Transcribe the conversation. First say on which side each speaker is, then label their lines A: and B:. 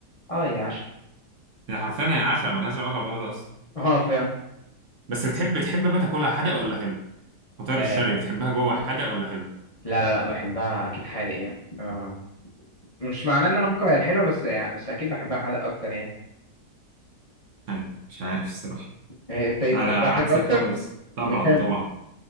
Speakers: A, on the left; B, on the right.
A: اه هي عشاء
B: هي حرفيا هي عشاء ملهاش علاقه بغدا اصلا
A: اه فعلا
B: بس بتحب بتحب بقى تاكلها حادق ولا حلو فطاير
A: آه
B: الشرقي بتحبها جوه حادق ولا حلو؟
A: لا لا لا بحبها اكيد حادق يعني آه. مش معناه ان انا بكره الحلو بس يعني بس اكيد بحبها حادق اكتر يعني
B: يعني مش عارف الصراحة
A: آه، انت ايه
B: لا
A: بتحبها
B: أنا عكسك
A: حلو اكتر
B: خالص طبعا
A: بجد
B: طبعا